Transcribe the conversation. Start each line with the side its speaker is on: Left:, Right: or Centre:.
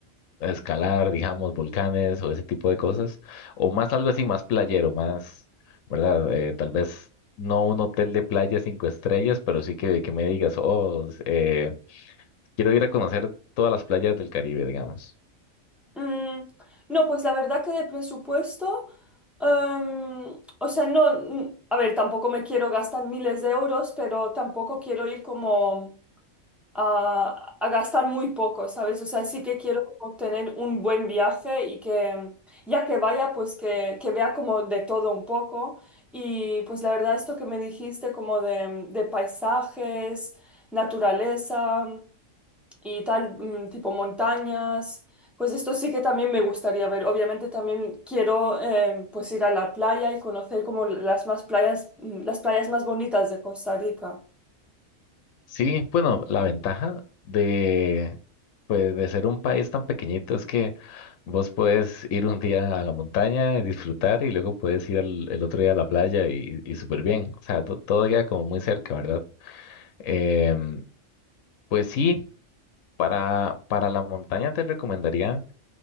Left: escalar, digamos, volcanes o ese tipo de cosas, o más algo así, más playero, más, ¿verdad? Eh, tal vez no un hotel de playa cinco estrellas, pero sí que, que me digas, oh, eh, quiero ir a conocer todas las playas del Caribe, digamos.
Centre: Mm, no, pues la verdad que de presupuesto, em, o sea, no, mm, a ver, tampoco me quiero gastar miles de euros, pero tampoco quiero ir como a, a gastar muy poco, ¿sabes? O sea, sí que quiero como tener un buen viaje y que ya que vaya, pues que, que vea como de todo un poco. Y pues la verdad, esto que me dijiste como de, de paisajes, naturaleza y tal, mm, tipo montañas. Pues esto sí que también me gustaría ver. Obviamente también quiero eh, pues ir a la playa y conocer como las más playas, mm, las playas más bonitas de Costa Rica.
Left: Sí, bueno, la ventaja de, pues, de ser un país tan pequeñito es que vos puedes ir un día a la montaña y disfrutar y luego puedes ir al- el otro día a la playa y, y súper bien. O sea, to- todo queda como muy cerca, ¿verdad? Em, pues sí, para, para la montaña te recomendaría.